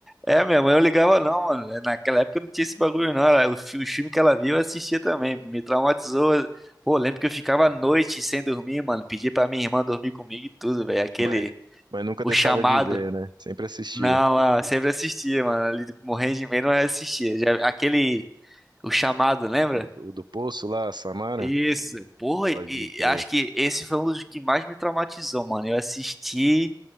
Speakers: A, in the centre; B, on the right (about 80°).
A: É, minha mãe não ligava não, mano. É, Naquela época não tinha esse bagulho não. Ela... O fi- o filme que ela viu eu assistia também. Me traumatizou. Pô, lembro que eu ficava à noite sem dormir, mano. Pedia pra minha irmã dormir comigo e tudo, velho. Aquele...
B: Mas, mas nunca
A: O
B: deixava
A: chamado.
B: de ver, né? Sempre assistia.
A: Não, mano, sempre assistia, mano. Ali morrendo de medo, mas assistia. Já... Aquele... O chamado, lembra?
B: O, do o do Poço lá, Samara,
A: Isso. Porra,
B: pode
A: e
B: crer.
A: acho que esse foi um dos que mais me traumatizou, mano. Eu assisti